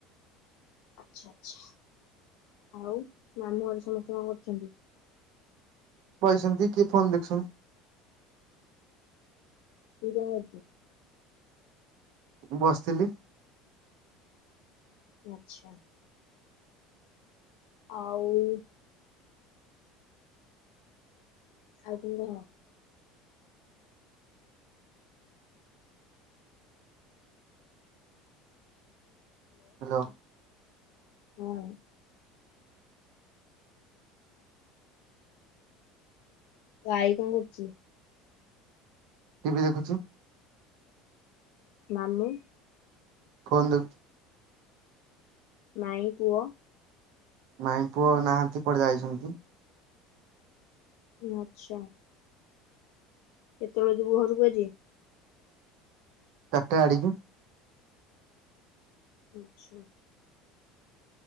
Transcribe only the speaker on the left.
ଆଛା ଆଛା ଆଉ। ମାମଁ ଘରେ ସମସ୍ତେ କଣ କରଛନ୍ତି।
ଗହତି
ଆଚ୍ଛା। ଆଉ ଆଉ କଙ୍କ
ହଁ। ତ ଭାଇ କଣ କରୁଛିୁ।
ନନ୍ଦି
ମାଇ ପୁଅ?
ଆଚ୍ଛା। କେତେବେଳ ଯିବୁ ଘରକୁ ଆଜି?
ଆଚ୍ଛା।